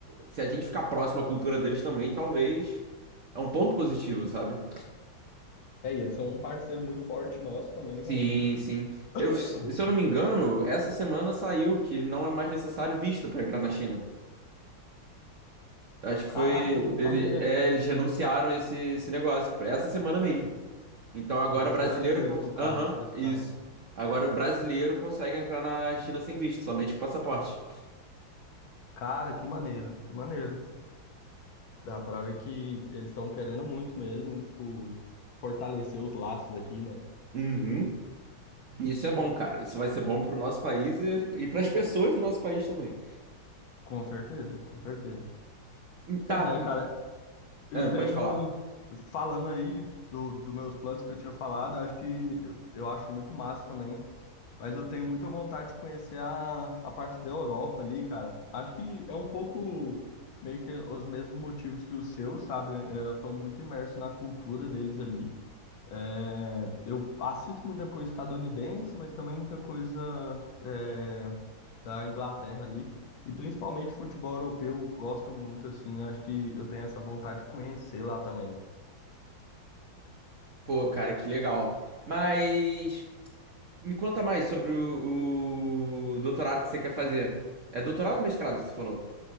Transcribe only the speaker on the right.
se a gente ficar próximo à cultura deles também, talvez é um ponto positivo, sabe?
Sim,
sim. Eu- se
eu não me engano, essa semana saiu que não é mais necessário visto para entrar na China. Acho que
foi.
Ele, é, eles renunciaram esse, esse negócio essa semana mesmo. Então agora
brasileiro.
cons-
Aham,
isso. Agora o brasileiro consegue entrar na China sem visto, somente com passaporte.
Uhum. E Isso é bom, cara. Isso vai ser bom pro nosso país e, e para as pessoas do nosso país também.
Hum, Tá,
hum,
ah,
pode falar.
Pô, cara, que legal. Mas me conta mais sobre o, o doutorado que você quer fazer. É doutorado ou mestrado que você falou?